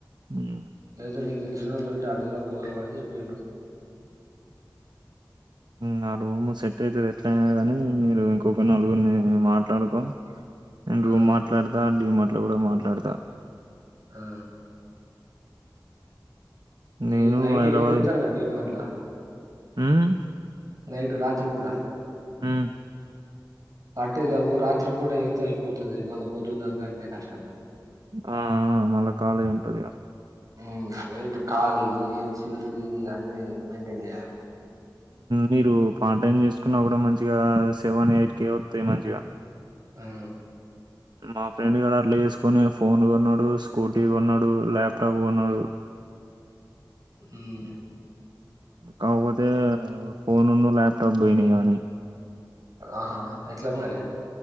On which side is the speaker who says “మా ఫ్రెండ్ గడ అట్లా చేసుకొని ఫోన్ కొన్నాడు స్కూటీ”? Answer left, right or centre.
Right